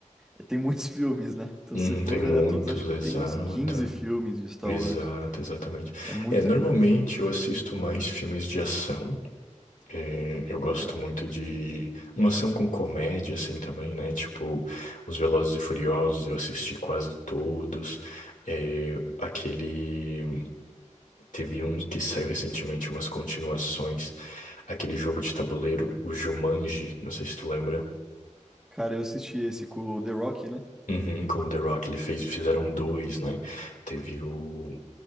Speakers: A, in the centre; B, on the left (about 80°).
A: é- tem muitos <laughs> filmes, né? Então,
B: Uhum,
A: se for
B: tem muitos,
A: olhar todos, acho que
B: exato.
A: tem uns 15 filmes de Star
B: Exato,
A: Wars.
B: exatamente.
A: É muita
B: É, normalmente
A: coisa.
B: eu assisto mais filmes de ação. É, eu gosto
A: Legal.
B: muito de uma ação com comédia, assim, também, né? Tipo, os Velozes e Furiosos, eu assisti quase todos. É, aquele... Teve um que saiu recentemente, umas continuações. Aquele jogo de tabuleiro, o Jumanji, não sei se tu lembra.
A: Cara, eu assisti esse com o The Rock, né?
B: Uhum, com o The Rock, ele fez, fizeram dois, né? Teve o